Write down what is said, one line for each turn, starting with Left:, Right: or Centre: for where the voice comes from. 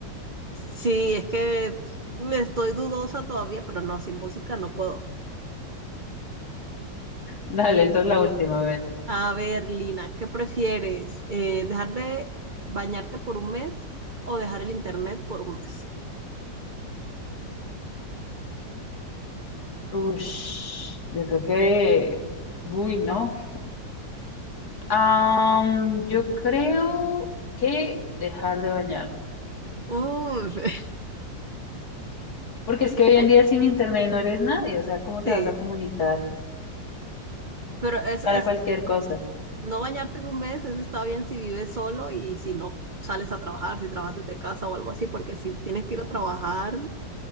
Right: Sí, es que estoy dudosa todavía, pero no, sin música no puedo.
Left: Dale, entonces la última, a ver.
Right: A ver, Lina, ¿qué prefieres? Eh, ¿dejar de bañarte por un mes o dejar el internet por un mes?
Left: Ush, yo creo que. Uy, no. Am, yo creo que dejar de bañarme.
Right: Uf, <laughs>
Left: Porque es
Right: un
Left: que hoy
Right: mes,
Left: en día sin internet no eres nadie. O sea, ¿cómo te
Right: sí,
Left: vas a comunicar?
Right: pero es,
Left: para
Right: es,
Left: cualquier cosa.
Right: No bañarte en un mes, eso está bien si vives solo y si no sales a trabajar, si trabajas desde casa o algo así, porque si tienes que ir a trabajar